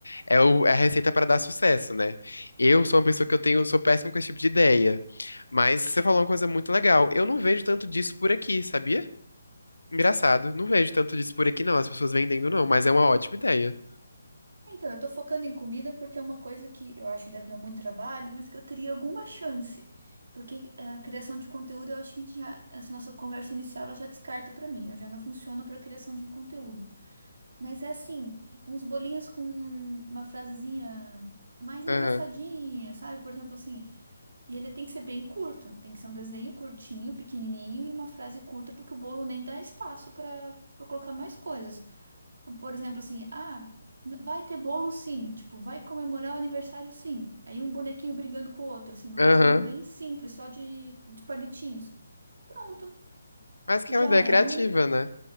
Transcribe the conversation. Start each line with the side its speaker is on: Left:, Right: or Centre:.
Left: é, o- é a receita para dar sucesso, né? Eu sou uma pessoa que eu tenho, sou péssimo com esse tipo de ideia. Mas você falou uma coisa muito legal. Eu não vejo tanto disso por aqui, sabia? Engraçado. Não vejo tanto disso por aqui, não. As pessoas vendendo, não. Mas é uma ótima ideia.
Right: Então, eu tô focando em comida porque é uma coisa que eu acho que deve dar muito trabalho, mas que eu teria alguma chance. Porque a criação de conteúdo, eu acho que a gente já, essa nossa conversa inicial, ela já descarta pra mim. Eu já não funciono pra criação de conteúdo. Mas é assim, uns bolinhos com uma frasezinha mais engraçadinha,
Left: Aham.
Right: sabe? Por exemplo, assim, E ele tem que ser bem curto, tem que ser um desenho curtinho, pequenininho e uma frase curta, porque o bolo nem dá espaço para colocar mais coisas. Por exemplo, assim, ah, n- vai ter bolo sim, tipo, vai comemorar o aniversário sim. Aí um bonequinho brigando com o outro, assim, num
Left: Aham.
Right: desenho bem simples, só de, de palitinhos. Pronto,
Left: Mas que
Right: já
Left: é uma ideia
Right: é
Left: criativa,
Right: um
Left: né?